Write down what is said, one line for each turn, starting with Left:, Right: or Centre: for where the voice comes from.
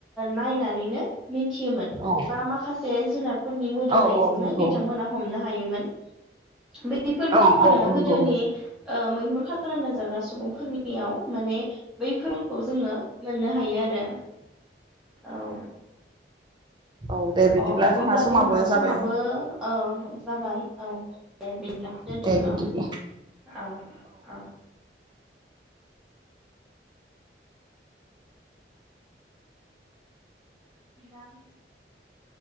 Centre: नायनानैनो मिथियोमोन
Right: औ
Centre: बा माखासे जे जुनार फोरनि मोदोमनायजोंनो
Right: औ औ नंगौ
Centre: बिथांमोना हमनो हायो <unintelligible> बेफोर गुनफोरा
Right: औ औ नंगौ
Centre: गोदोनि मैहुर खालामना जाग्रा सुबुंफोरनियाव माने बैफोरखौ जोंङो मोननो हायो आरो औ
Right: औ दे बिदिब्ला
Centre: अ अब्ला
Right: समाबो
Centre: जोंहा
Right: जाबाय
Centre: समाबो औ जाबाय औ दे बिदिब्ला दोनथ'
Right: दे
Centre: औ-
Right: बिदिब्ला
Centre: औ - औ <unintelligible>